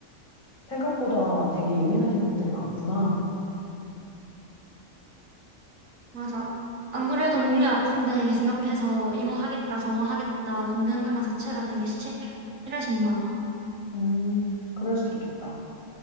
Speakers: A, on the left; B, on the right.
A: 생각보다 되게 예민하신 분들이 많구나.
B: 맞아. 안 그래도 몸이 아픈데 계속 옆에서 이거 하겠다, 저거 하겠다, 건드는 것 자체가 되게 싫으신가 봐.
A: 음, 그럴 수도 있겠다.